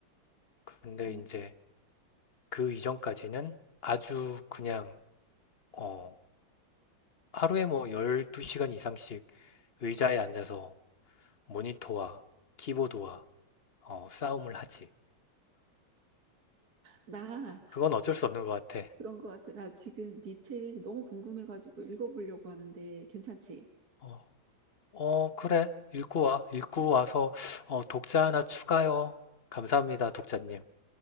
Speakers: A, on the left (about 40°); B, on the right (about 50°).
A: 근데
B: 음.
A: 이제 그 이전까지는 아주 그냥 어, 하루에 뭐 12시간 이상씩 의자에 앉아서 모니터와 키보드와 어, 싸움을 하지.
B: 나,
A: 그건 어쩔
B: 이-
A: 수 없는 것 같아.
B: 그런 것 같아. 나 지금 네 책 너무 궁금해가지고 읽어보려고 하는데, 괜찮지?
A: 어, 어, 그래. 읽고 와. 읽고
B: <laughs>
A: 와서 어, 독자 하나 추가요. 감사합니다, 독자님.